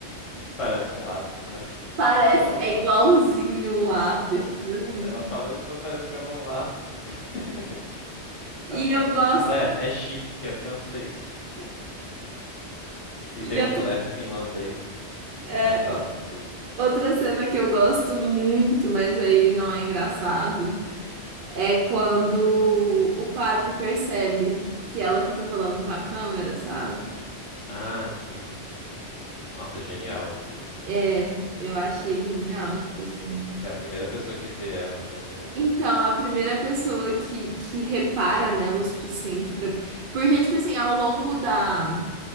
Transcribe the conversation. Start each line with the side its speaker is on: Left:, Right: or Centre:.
Left: Parece um lápis, né?
Right: Parece,
Left: que Ela
Right: é
Left: fala,
Right: igualzinho um lápis,
Left: eu,
Right: tipo assim.
Left: ela fala, eu estou parecendo um lápis. <laughs> Ela
Right: E
Left: fala,
Right: eu gosto.
Left: Claire, é chique, é francês. <laughs> e
Right: E
Left: tem
Right: eu-
Left: o Claire finlandês.
Right: é,
Left: Ah, fala,
Right: o-
Left: desculpa.
Right: outra cena que eu gosto muito, mas aí não é engraçado, é quando o padre percebe que ela fica falando com a câmera, sabe?
Left: Ah, sim. Nossa, genial aquilo.
Right: É, eu achei genial, tipo assim.
Left: Que é a primeira pessoa que vê ela, né, mesmo.
Right: Então,
Left: E...
Right: a primeira pessoa que, que repara nela o suficiente pra. Porque, tipo assim, ao longo da